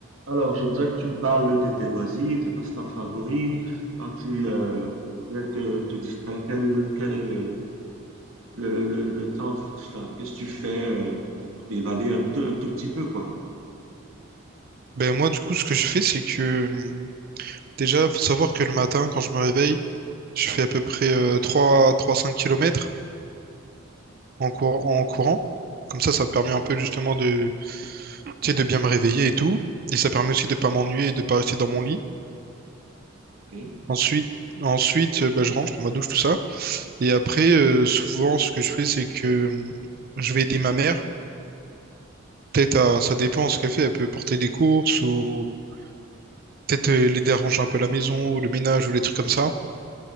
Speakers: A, on the right (about 85°); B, on the right (about 45°).
A: Alors, je voudrais que tu me parles de tes loisirs, tes passe-temps favoris. Quand tu euh, voudrais te, te distraire, quel, quel est le, le, le, le temps, enfin, qu'est-ce que tu fais euh, pour t'évader un, peu- un tout petit peu, quoi.
B: Ben moi, du coup, ce que je fais, c'est que hum, déjà, faut savoir que le matin, quand je me réveille, je fais à peu près euh, 3 3-5 km en cour- en courant. Comme ça, ça me permet un peu justement de, tu sais, de bien me réveiller et tout. Et ça permet aussi de pas m'ennuyer et de pas rester dans mon lit.
A: ok
B: Ensuite, ensuite euh, ben, je rentre, je prends ma douche, tout ça. Et après, euh, souvent, ce que je fais, c'est que hum, je vais aider ma mère. Peut-être, à- ça dépend ce qu'elle fait. Elle peut porter des courses ou peut-être euh, l'aider à ranger un peu la maison ou le ménage ou les trucs comme ça.